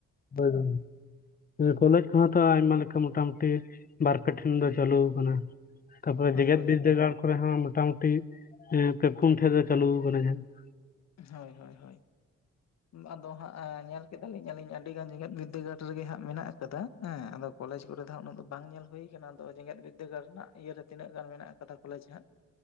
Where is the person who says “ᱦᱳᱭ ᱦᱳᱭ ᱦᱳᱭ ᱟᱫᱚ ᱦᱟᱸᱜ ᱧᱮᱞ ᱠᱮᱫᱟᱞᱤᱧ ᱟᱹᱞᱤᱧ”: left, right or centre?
Left